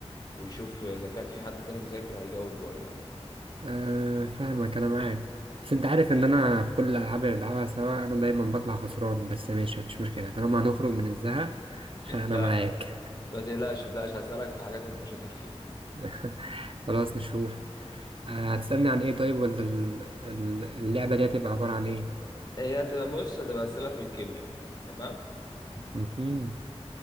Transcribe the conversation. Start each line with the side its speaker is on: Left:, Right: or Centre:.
Left: ويشوف اذا كان في حد تاني مذاكر هيجاوب ولا
Right: آه... فاهمك انا معاك بس انت عارف ان انا في كل الالعاب اللي بلعبها سوا انا دايما بطلع خسران بس ماشي مفيش مشكلة طالما هنخرج من الزهق فانا
Left: لا
Right: معاك
Left: <laughs> ما تقلقش ما تقلقش هسألك في حاجات انت شاطر فيها
Right: <laughs> خلاص نشوف آه... هتسألني عن ايه طيب ولا ال- ال- اللعبة دي هتبقى عبارة عن ايه
Left: هي هتبقى بص هتبقى أسئلة في الكيمياء تمام
Right: مهم.